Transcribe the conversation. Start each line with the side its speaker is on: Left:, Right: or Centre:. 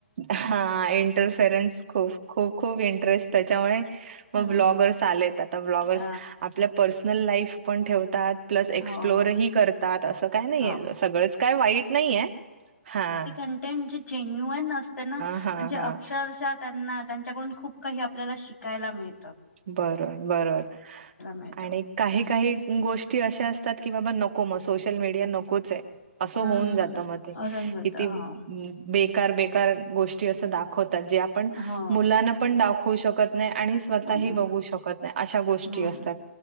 Right: हा इटरफेयरेन्स खूप खूप इंटरेस त्याच्यामुळे म
Left: हं.
Right: ब्लॉग ब्लॉगर्स आलेत आता ब्लॉगर्स
Left: अ,
Right: आपल्या पर्सनल लाईफ पण ठेवतात प्लस एक्सप्लोरही
Left: हो,
Right: करतात असं काही नाही
Left: हो.
Right: सगळंच काय वाईट नाही आहे हा.
Left: टेन चे जेन न्यु असते ना
Right: हां,
Left: म्हणजे अक्षरशः
Right: हां.
Left: त्यांना त्यांच्याकडून खूप काही आपल्याला शिकायला मिळत
Right: बरं बरबर
Left: मिळतं.
Right: आणि काही काही गोष्टी अशा असतात की बाबा नको मग सोशल मीडिया नकोच आहे असं
Left: हं,
Right: होऊन
Left: हं.
Right: जात मग ते
Left: असून जातं.
Right: किती बे
Left: हो,
Right: बेकार बेकार गोष्टी अस दाखवतात जे आपण
Left: हो.
Right: मुलाना पण दाखवू शकत नाही आणि
Left: नाही,
Right: काही बघू शकत नाही आशा गोष्टी
Left: नाही.
Right: असतात